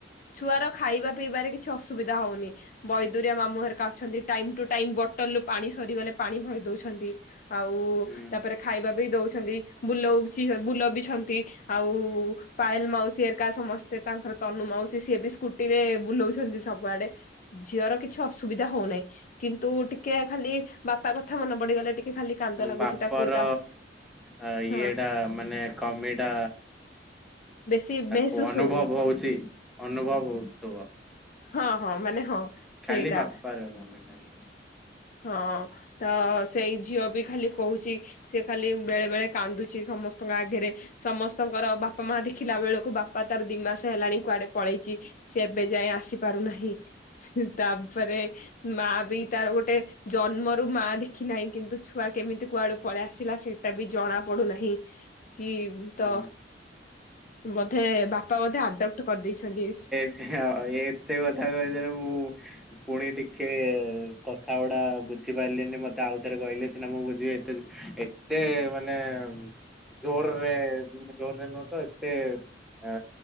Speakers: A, on the left; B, in the centre.
A: ଛୁଆର ଖାଇବା ପିଇବାରେ କିଛି ଅସୁବିଧା ହଉନି। ବୈଦରିଆ ମାମୁ ଘର ଅଛନ୍ତି ଟାଇମ ଟୁ ଟାଇମ ବଟଲ ରୁ ପାଣି ସରିଗଲେ ପାଣି ଭରି ଦଉଛନ୍ତି। ଆଉ
B: ହୁଁ
A: ତାପରେ ଖାଇବା ବି ଦଉଛନ୍ତି ବୁଲଉଛି ବୁଲ ବିଛନ୍ତି। ଆଉ ପାଏଲ୍ ମାଉସୀ ହେରିକା ସମସ୍ତେ ତାଙ୍କର ତନୁ ମାଉସୀ ସିଏ ବି ସ୍କୁ ଟିରେ ବୁଲଉଛନ୍ତି ସବୁଆଡେ। ଝିଅର କିଛି ଅସୁବିଧା ହଉନାହିଁ କିନ୍ତୁ ଟିକେ ଖାଲି ବାପା କଥା ମନେ ପଡିଗଲେ ଟିକେ ଖାଲି କାନ୍ଦ ଲାଗୁଛି
B: ବାପର
A: ତାକୁ ତା
B: ଆ ଇଏଟା
A: ହଁ
B: ମାନେ କମିଟା
A: ବେଶୀ
B: ତାକୁ
A: ମେହସୁସ
B: ଅନୁଭବ
A: ହଉନି
B: ହଉଛି ଅନୁଭବ ହଉଥୁବ।
A: ହଁ ହଁ ମାନେ ହଁ।
B: <unintelligible>
A: ସେଇଟା ହଁ ତ ସେଇ ଝିଅ ବି ଖାଲି କହୁଛି ସେ ଖାଲି ବେଳେ ବେଳେ କାନ୍ଦୁଛି ସମସ୍ତଙ୍କ ଆଗରେ। ସମସ୍ତଙ୍କର ବାପା, ମା ଦେଖିଲା ବେଳକୁ ବାପା ତାର ଦି ମାସ୍ ହେଲାଣି କୁଆଡେ ପଳେଇଛି। ସେ ଏବେ ଯାଏ ଆସି ପାରୁନାହିଁ। ହୁ ତାପରେ ମା ବି ତାର ଗୋଟେ ଜନ୍ମରୁ ମା ଦେଖି ନାହିଁ କିନ୍ତୁ ଛୁଆ କେମିତି କୁଆଡୁ ପଳେଇଆ ଆସିଲା ସେଇଟା ବି ଜଣା ପଡୁନାହିଁ। କି
B: ହୁଁ।
A: ତ ବୋଧେ ବାପା ବୋଧେ ଆଡପ୍ଟ କରିଦେଇଛନ୍ତି।
B: ହେ ହ ଏତେ କଥା କହିଦେଲେ ମୁଁ ପୁଣି ଟିକେ କଥା ଗୁଡା ବୁଝି ପାରିଲିନି ମତେ ଆଉଥରେ କହିଲେ ସିନା ମୁଁ ବୁଝିବି ଏତେ ଏତେ ମାନେ ଜୋର୍ ରେ ଜୋର୍ ରେ ନୁହୁ ତ ଏତେ ଆ